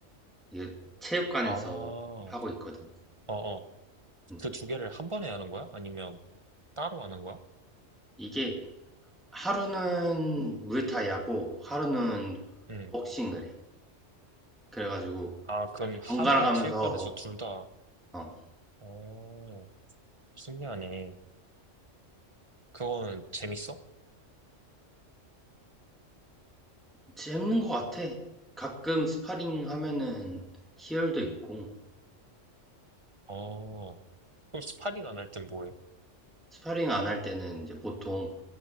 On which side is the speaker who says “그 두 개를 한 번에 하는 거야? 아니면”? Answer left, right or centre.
Right